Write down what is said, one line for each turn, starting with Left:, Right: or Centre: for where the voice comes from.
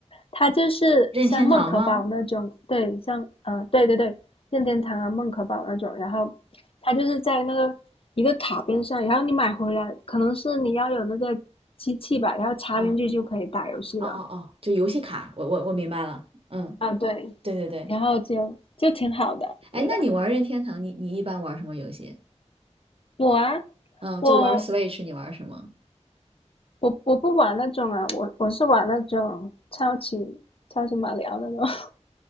Left: 它就是像梦可宝那种，
Right: 任天堂吗？
Left: 对，像呃对对对，任天堂啊梦可宝那种，然后它就是在那个一个卡边上，然后你买回来，可能是你要有那个机器吧，然后插进去就可以打游戏了
Right: 嗯，哦哦哦，就游戏卡，我我我明白了。嗯，
Left: 啊，对，
Right: 对对对。
Left: 然后就就挺好的，
Right: 哎，
Left: 觉得
Right: 那你玩任天堂，你你一般玩什么游戏？
Left: 我啊
Right: 嗯，
Left: 我
Right: 就玩 Switch，你玩什么？
Left: 我我不玩那种啊，我我是玩那种超级超级马里奥那种，<laughs>